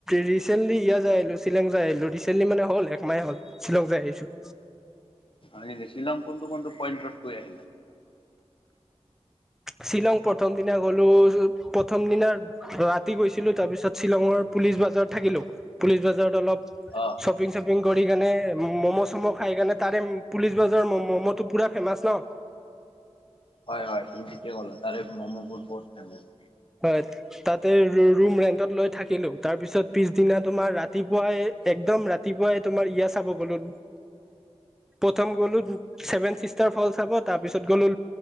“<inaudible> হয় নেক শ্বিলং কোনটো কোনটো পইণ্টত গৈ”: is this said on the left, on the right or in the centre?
Left